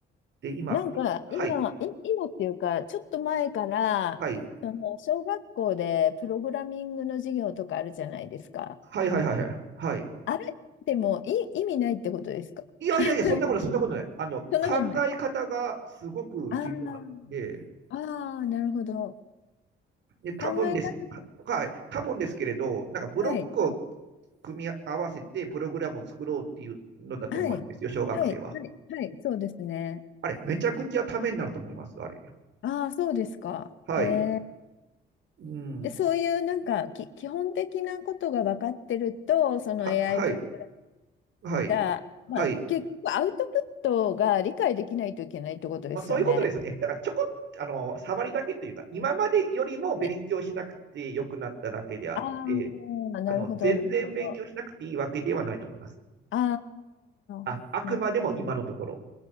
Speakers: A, on the right (about 65°); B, on the left (about 75°).
A: で、今、
B: あ、なんか今、
A: はい、
B: い、今っていうか、ちょっと前から、
A: はい、
B: その小学校でプログラミングの授業とかあるじゃないですか。
A: はい、はい、はい、はい。はい
B: あれでもい、意味ないってことですか
A: いやいやいや、
B: <laughs>
A: そんなこと、そんなことない。あの、
B: そんなことない。
A: 考え方がすごく重要なんで、
B: ああ、ああ、なるほど。
A: で、多分です、
B: 考え方が、
A: はい、多分ですけれど、なんかブロックを
B: はい、はい、
A: 組み合わせてプログラムを作ろうっていうのだと思うんですよ、
B: はい、
A: 小学生は。
B: はい、はい、はい、そうですね。
A: あれ、めちゃくちゃためになると思います、あれ。
B: ああ、そうですか。
A: はい。
B: えー、
A: うん。
B: で、そういうなんかき、基本的なことが分かってると、その
A: は、
B: AI
A: はい。
B: プログラ
A: はい。
B: た、まあ、
A: はい。
B: 結局アウトプットが理解できないといけないってことですよね。
A: まあ、そういうことですね。だから、ちょこっと、あの、触りだけというか、今までよりも勉強しなくて良くなっただけであって、
B: はい。ああ、
A: あの、
B: なるほど、
A: 全然勉強しなくていいわけではないと思います。
B: なるほど。あ
A: あ、
B: あ、
A: あくまでも今のところ。
B: なるほど。